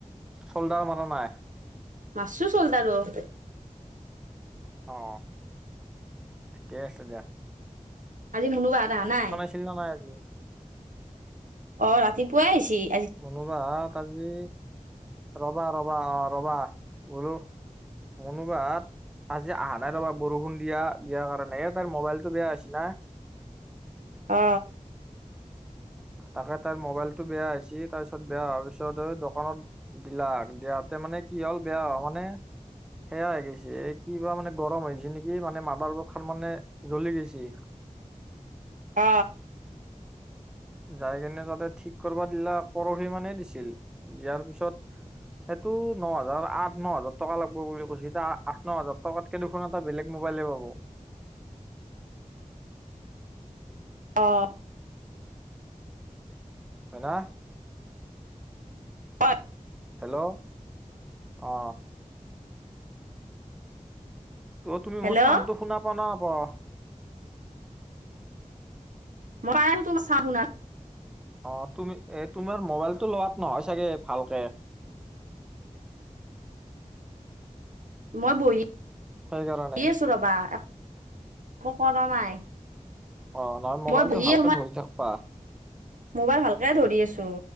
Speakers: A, in the centre; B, on the right.
A: ফল্ডাৰ মাৰা নাই।
B: মাছো, চল তা লগতে <unintelligible>
A: অ, ঠিকেই আছে দিয়া।
B: আজি মুনু বা হত আহা নাই?
A: আহিল না নাই আজি।
B: অ ৰাতিপুৱাই আইছি।
A: মুনু বা হত আজি ৰবা ৰবা অ ৰবা বোলো। মুনু বা, আজি আহা নাই ত পৰা বৰষুণ দিয়া দিয়াৰ কাৰণে। তাৰ মোবাইলতটো বেয়া হৈছি না।
B: অ।
A: তাকে তাইৰ মোবাইলটো বেয়া হৈছি তাৰ পিছত বেয়া হোৱাৰ পিছত দোকানত, দিলাক দিয়াতে মানে কি হ'ল বেয়া, মানে সেয়া হৈ গৈছে এই কিবা মানে গৰম হৈছে নেকি মানে মাদাৰ বৰ্ড খান মানে জ্বলি গৈছি।
B: অ,
A: যাই কেনে তাতে ঠিক কৰিবা দিলাক পৰহি মানে দিছিল দিয়াৰ পিছত, সেইটো ন হাজাৰ আঠ ন হাজাৰ টকা লাগব বুলি কৈছো এতিয়া আঠ ন হাজাৰ টকাত। দুখন এটা বেলেগ মোবাইলে পাব।
B: অ'
A: হয় না।
B: হয়াত <unintelligible>
A: হেল্ল' অ। ত' তুমি
B: হেল্ল'
A: মোৰ চাউণ্ডটো শুনা পাও না নাপাও
B: মই আহ তোমাৰ চা বনাও
A: অ তুমি এ তোমাৰ মোবাইলতটো লোৱাত নহয় চাগে ভালকে,
B: মই বহি
A: সেইকাৰনে।
B: আছো ৰবা, একো কৰা নাই।
A: অ নহয়, মোবাইল
B: মই বহিয়ে
A: টো ভালকে
B: তোমাৰ
A: ধৰি থাকবা।
B: মোবাইল ভালকৈ ধৰি আছোঁ।